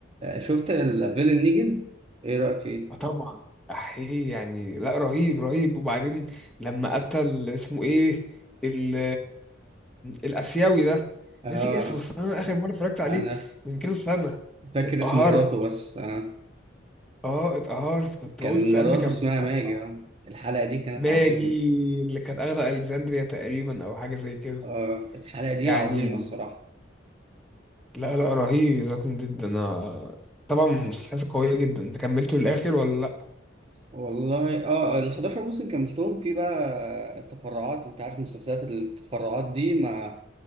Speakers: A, on the right (about 30°); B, in the centre.
A: شفت الفيلن نيجن ايه رايك فيه
B: اه طبعا احيه يعني لا رهيب رهيب وبعدين لما قتل اسمه ايه ال الاسيوي ده
A: اه
B: ناسي اسمه بس انا اخر مره اتفرجت عليه
A: انا
B: من كذا سنه
A: فاكر
B: اتقهرت
A: اسم مراته بس آه.
B: اه اتقهرت كنت
A: كان
B: بص
A: مراته
B: قلبي كان
A: اسمها
B: متقطع
A: ماجي آه. الحلقه دي كانت
B: ماجي
A: عظيمه
B: اللي كانت اخده الكسندريا تقريبا او حاجه زي كده
A: آه الحلقة دي
B: يعني
A: عظيمة الصراحة
B: لا لا رهيب ذكي جدا انا طبعا مسلسلات قوية جدا انت كملته للآخر ولا لا
A: والله اه ال 11 موسم كملتهم في بقى التفرعات انت عارف مسلسلات التفرعات دي ما